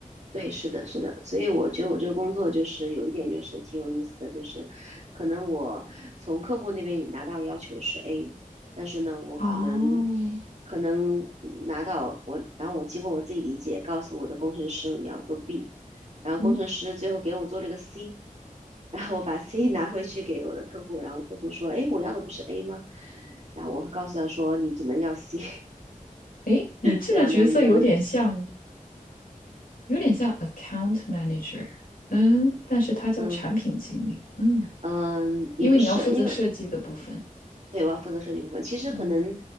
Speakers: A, on the right (about 50°); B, on the left (about 85°).
A: 对，是的，是的。所以我觉得我这个工作就是有一点就是挺有意思的，就是可能我从客户那边拿到要求是 A，但是呢，我可能
B: 哦，
A: 可能拿到我，然后我经过我自己理解，告诉我的工程师你要做 B，然后工程师最后给我做了个
B: 嗯，
A: C。然后我把 C <laughs> 拿回去给我的客户，然后客户说：“哎，我要的不是 A 吗？”然后我会告诉他说：“你只能要 C。”
B: 诶，你这个角色有点像，
A: 这样那样的原因。
B: 有点像 account manager，嗯，但是他叫产品经理，
A: 嗯
B: 嗯，
A: 嗯，
B: 因为你要负责设计的部分，
A: 也不是，因为对，我要负责设计部分。其实可能，
B: 嗯